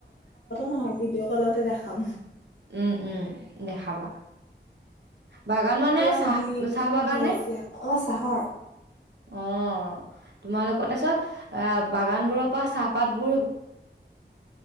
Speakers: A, on the left (about 80°); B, on the right (about 70°).
A: ফতো নহয় ভিডিঅ' কলতে দেখাম।
B: উম, উম দেখাবা। বাগান মানে
A: পুৰা
B: চাহ
A: গ্ৰীণ
B: চাহ বাগানে?
A: সেউজীয়া অ চাহৰ
B: অ' তোমালোকৰ তাৰ পাছত এ বাগান বোৰৰ পৰা চাহপাত বোৰ